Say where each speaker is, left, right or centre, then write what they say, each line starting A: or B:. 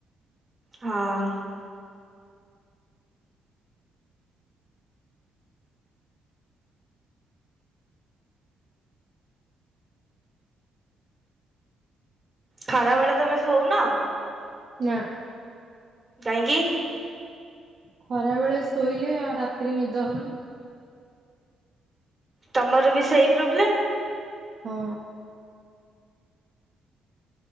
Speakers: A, on the right; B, on the right.
A: ହଁ। ଖାରା ବେଳେ ତମେ ସଉ ନ
B: ନା।
A: କାହିଁ କିି?
B: ଖରା ବେଳେ ଶୋଇଲେ ଆଉ ରାତିରେ ନିଦ ହବନି।
A: ତମର ବି ସେଇ ପ୍ରୋବ୍ଲେମ୍?
B: ହଁ।